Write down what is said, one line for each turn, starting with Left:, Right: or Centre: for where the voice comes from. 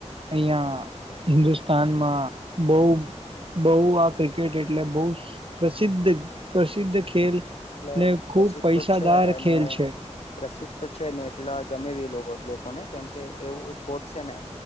Right: અહીંયા હિન્દુસ્તાનમાં બહુ બહુ આ ક્રિકેટ એટલે બહુસ પ્રસિદ્ધ પ્રસિદ્ધ ખેલ
Left: એટલે
Right: ને
Left: પ્રસિદ્ધ
Right: ખૂબ પૈસાદાર
Left: તો છે, અને
Right: ખેલ છે.
Left: પ્રસિદ્ધ તો છે ને એટલા ગમે રીલ બહુ જ લોકોને કેમકે, એવું સ્પોર્ટ સે ને